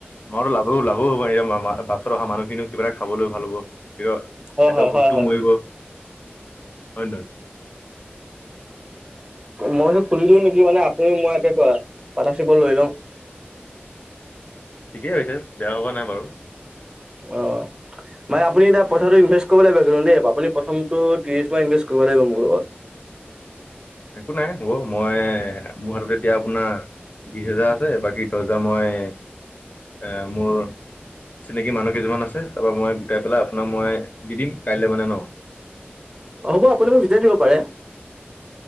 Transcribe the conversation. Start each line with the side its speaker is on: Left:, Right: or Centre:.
Left: মইটো লাভো লাভো হব এতিয়া বা বা বাছত অহা মানুহখিনি। খাবলৈ ভাল হ'ব সিৰ
Right: হয়
Left: পেটৰ
Right: হয়
Left: ভোকটো
Right: হয় হয়।
Left: মৰিব, হয় নহয়।
Right: মইতো খুলি দিওঁ নেকি মানে আপুনি মই পাটাশ্বিপত লৈ লওঁ। <inaudible>
Left: ঠিকেই হৈছে, বেয়া হোৱা নাই বাৰু।
Right: অহ। মানে আপুনি এতিয়া পইচাটো ইনভেষ্ট কৰিব লাগিব কিন্তু দেই আপুনি প্ৰথমটো ত্ৰিশ মাহ ইনভেষ্ট কৰিব লাগিব মোৰ লগত। <inaudible>
Left: একো নাই হ'ব, মই মোৰ হাতত এতিয়া আপোনাৰ বিশ হেজাৰ আছে, বাকী দহ হেজাৰ মই এ মোৰ চিনাকি মানুহ কেইজনমান আছে তাৰপৰা মই গোটাই পেলাই আপোনাক মই দি দিম কাইলৈ মানে ন।
Right: হ'ব আপুনি মোক যেতিয়াই দিব পাৰে।